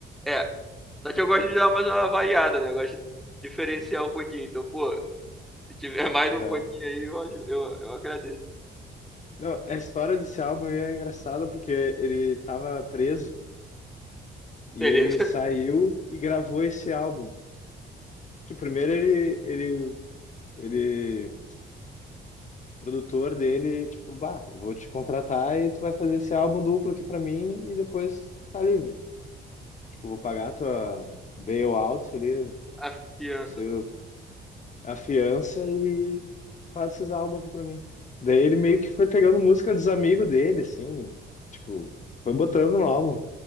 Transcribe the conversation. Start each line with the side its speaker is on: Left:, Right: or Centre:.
Centre: É, só que eu gosto de dar mais uma variada, né? Eu gosto de diferenciar um pouquinho. Então, pô, se tiver <laughs> mais
Left: Aham.
Centre: um pouquinho aí, eu, aju- eu, eu agradeço.
Left: Não, a história desse álbum aí é engraçada porque ele tava preso e
Centre: Beleza.
Left: ele saiu e gravou esse álbum. Tipo, primeiro ele, ele, ele, o produtor dele, tipo, bah, eu vou te contratar e tu vai fazer esse álbum duplo aqui pra mim e depois tá livre. Tipo, vou pagar a tua bailout ali,
Centre: A fiança.
Left: Você afiança e faz esses álbuns aqui pra mim. Daí ele meio que foi pegando música dos amigos dele, assim, tipo, foi botando no álbum.